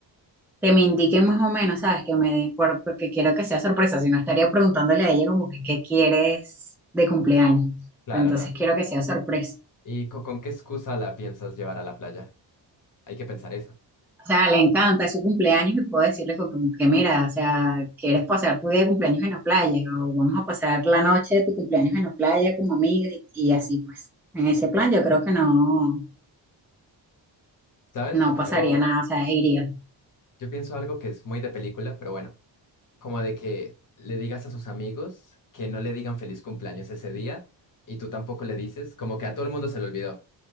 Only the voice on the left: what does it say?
Claro,
no.
¿Y co- con, qué excusa la piensas llevar a la playa? Hay que pensar eso.
¿Sabes?
Yo,
yo pienso algo que es muy de película, pero bueno, como de que le digas a sus amigos que no le digan feliz cumpleaños ese día y tú tampoco le dices, como que a todo el mundo se le olvidó.